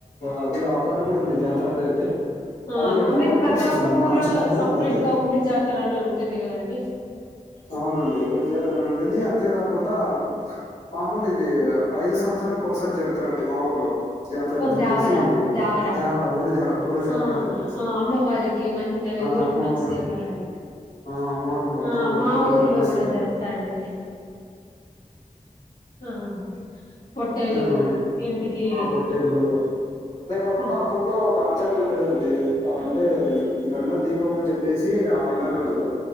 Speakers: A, on the left; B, on the left.
A: అది పండగ కూడా ఉంది జాతర అనేది
B: ఆ
A: అది ఎండాకాలంలో
B: ఐ మీన్ ప్రతి
A: ఉంటదండి
B: ఒక్క ఊర్లో
A: మార్చి టైం లో
B: సపరేట్
A: ఉంటుంది
B: గా ఊరి జాతర అని ఉంటుంది కదండి
A: అవునండి ఊరీ జాతర అని ఉంటుంది అంతేకాకుండా మామూలు ఇది ఐదు సంవత్సాలకి ఒకసారి జరు గుతాదండీ మా ఊ హలో జాతర అని చెప్పేసి
B: దేవరా
A: ఇది
B: దేవరా
A: దేవర ఊరి దేవ ఊరి దేవర
B: ఆ
A: అని చెప్పేసి
B: ఆ అమ్మవారికి మ అదే
A: ఆ
B: ఊరికి
A: అమ్మవారు
B: మంచి జరగాలని
A: ఆ అమ్మవారికి మొత్తం
B: ఆ
A: ఊరు
B: మా
A: మొత్తం
B: ఊర్లో
A: బలిస్తారు
B: కూడా చేస్తారండి ఆ పొట్టేలు
A: జగోడి
B: ఇంటికి
A: ఆ పొట్టెళ్ళు అంతేకాకుండా
B: నా
A: అప్పట్లో ఒక ఆచారం ఉండేదండి అంటే గండ దీపం అని చెప్పేసి పండగ రోజు